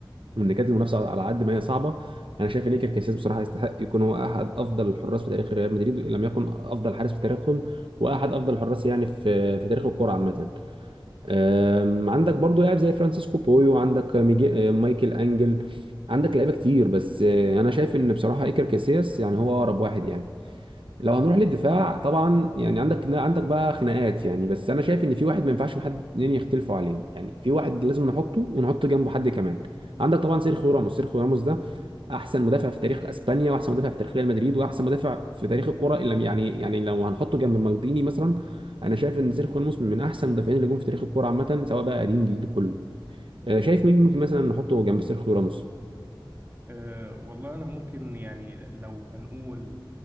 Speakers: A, on the right (about 75°); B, on the right (about 25°).
A: وان كانت المنافسه على قد ما هي صعبه انا شايف ان ايكر كاسياس بصراحه يستحق يكون هو احد افضل الحراس في تاريخ ريال مدريد ان لم يكن افضل حارس في تاريخهم واحد افضل الحراس يعني في في تاريخ الكوره عامه أم، عندك برضو لاعب زي فرانسيسكو بويو عندك ميجي... أم، مايكل انجل عندك لعيبه كتير بس أه، انا شايف ان بصراحه ايكر كاسياس يعني هو اقرب واحد يعني لو هنروح للدفاع طبعا يعني عندك عندك بقى خناقات يعني بس انا شايف ان في واحد ما ينفعش حد اتنين يختلفوا عليه يعني في واحد لازم نحطه ونحط جنبه حد كمان عندك طبعا سيرخيو راموس سيرخيو راموس ده احسن مدافع في تاريخ اسبانيا واحسن مدافع في تاريخ ريال مدريد واحسن مدافع في تاريخ الكرة اللي يعني يعني لو هنحطه جنب مالديني مثلا انا شايف ان سيرخيو راموس من احسن المدافعين اللي جم في تاريخ الكرة عامة سواء بقى قديم جديد كله آه، شايف مين ممكن مثلا نحطه جنب سيرخيو راموس
B: أه والله أنا ممكن يعني لو هنقول